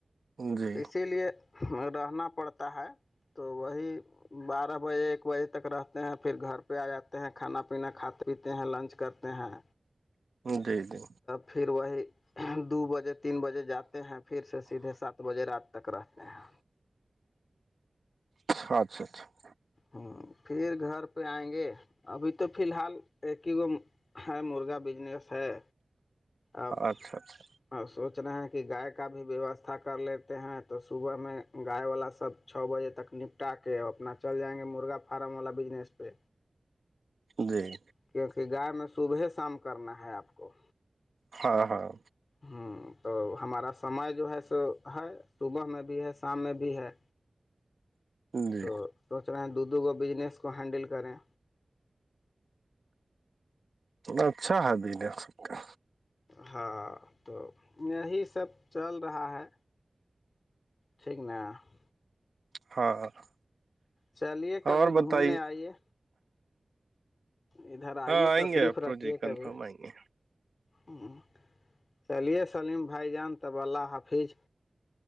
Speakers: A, on the right (about 80°); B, on the left (about 85°).
A: جی
B: تو اسی لیے رہنا پڑتا ہے تو وہی بارہ بجے بجے تک رہتے ہیں پھر گھر پہ آ جاتے ہیں کھانا پینا کھاتے پیتے ہیں لنچ کرتے ہیں
A: جی جی
B: پھر وہ دو بجے تین بجے جاتے ہیں پھر سے سیدھے سات بجے رات تک رہتے ہیں
A: چ اچھا اچھا <unintelligible>
B: ہ پھر گھر پہ آئیں گے ابھی تو فی الحال ایک ہی گ <unintelligible> ہاںر مرغا بزنس ہے اب
A: اچھا اچھا
B: اور سوچ رہے ہیں کہ گائے کا بھی ویوستھا کر لیتے ہیں تو صبح میں گائے والا سب چھ بجے تک نپٹا کے اپنا چل جائیں گے مرغا فارم والا بزنس پہ
A: جی <unintelligible>
B: کیونکہ گائے میں صبح شام کرنا ہے آپ کو
A: ہاں ہاں
B: ہوں تو ہمارا سمے جو ہے سو ہے <unintelligible> صبح میں بھی ہے شام میں بھی ہے
A: جی
B: تو سوچ رہے ہیں دوگو بزنس کو ہینڈل کریں
A: اچھا ہے بجنیک کا
B: ہاں تو یہی سب چل رہا ہے ٹھیک ن <unintelligible>
A: ہاں <inaudible>
B: چلیے کبھی
A: اور
B: گھومنے
A: بتائیے
B: آئیے ادھر آئیے
A: ہاں آئیں
B: تشریف
A: گے آپ پروجیکٹ
B: رکھیے
A: کنفرم
B: کبھی
A: آئیں گے
B: ہوں چلیے سلیم بھائی جان تب اللہ حافظ